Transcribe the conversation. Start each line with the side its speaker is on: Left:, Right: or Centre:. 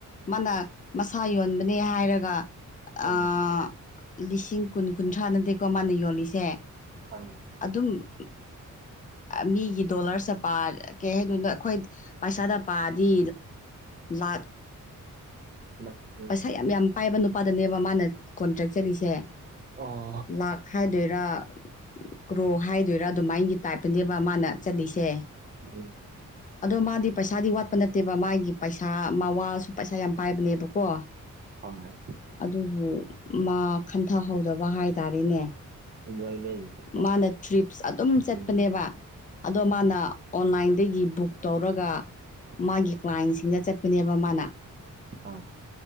Left: ꯃꯥꯅ ꯃꯁꯥ ꯁꯥꯥ ꯌꯣꯟꯕꯅꯦ ꯍꯥꯏꯔꯒ
Right: ꯍꯣꯏ
Left: ꯑꯥ
Right: ꯎꯝ
Left: ꯂꯤꯁꯤꯡ ꯀꯨꯟ ꯀꯨꯟꯊ꯭ꯔꯥ ꯅꯠꯇꯦꯀꯣ ꯃꯥꯅ ꯌꯣꯜꯂꯤꯁꯦ
Right: ꯐ
Left: ꯑꯗꯨꯝ ꯃꯤꯒꯤ ꯗꯣꯂꯔꯁꯦ ꯄꯥ ꯀꯩ ꯍꯥꯏꯗꯣꯏꯅꯣ ꯑꯩꯈꯣꯏ ꯄꯩꯁꯥꯗ ꯄꯥꯗꯤ ꯂꯥꯛ
Right: ꯃꯠ ꯎꯝ
Left: ꯄꯩꯁꯥ ꯌꯥꯝ ꯌꯥꯝ ꯄꯥꯏꯕ ꯅꯨꯄꯥꯗꯅꯦꯕ ꯃꯥꯅ ꯀꯣꯟꯇ꯭ꯔꯦꯛ ꯆꯠꯂꯤꯁꯦ
Right: ꯑꯣ
Left: ꯂꯥꯛ ꯍꯥꯏꯗꯣꯏꯔꯥ ꯀ꯭ꯔꯣ ꯍꯥꯏꯗꯣꯏꯔꯥ ꯑꯗꯨꯃꯥꯏꯅꯒꯤ ꯇꯥꯏꯞꯇꯅꯦꯕ ꯃꯥꯅ ꯆꯠꯂꯤꯁꯦ
Right: ꯎꯝ
Left: ꯑꯗꯣ ꯃꯥꯗꯤ ꯄꯩꯁꯥꯗꯤ ꯋꯥꯠꯄ ꯅꯠꯇꯦꯕ ꯃꯥꯒꯤ ꯄꯩꯁꯥ ꯃꯥꯋꯥꯁꯨ ꯄꯩꯁꯥ ꯌꯥꯝ ꯄꯥꯏꯕꯅꯦꯕꯀꯣ ꯀꯣ
Right: <unintelligible>
Left: ꯑꯗꯨꯕꯨ ꯃꯥ ꯈꯟꯊꯍꯧꯗꯕ ꯍꯥꯏ ꯇꯔꯦꯅꯦ
Right: ꯍꯣꯏ ꯂꯣꯏꯅꯩꯕꯀꯣ
Left: ꯃꯥꯅ ꯇ꯭ꯔꯤꯞꯁ ꯑꯗꯨꯝ ꯆꯠꯄꯅꯦꯕ
Right: ꯎꯝ
Left: ꯑꯗꯣ ꯃꯥꯅ ꯑꯣꯟꯂꯥꯏꯟꯗꯒꯤ ꯕꯨꯛ ꯇꯧꯔꯒ
Right: ꯎꯝ
Left: ꯃꯥꯒꯤ ꯀ꯭ꯂꯥꯏꯟꯁꯤꯡꯗ ꯆꯠꯄꯅꯦꯕ ꯃꯥꯅ
Right: ꯑ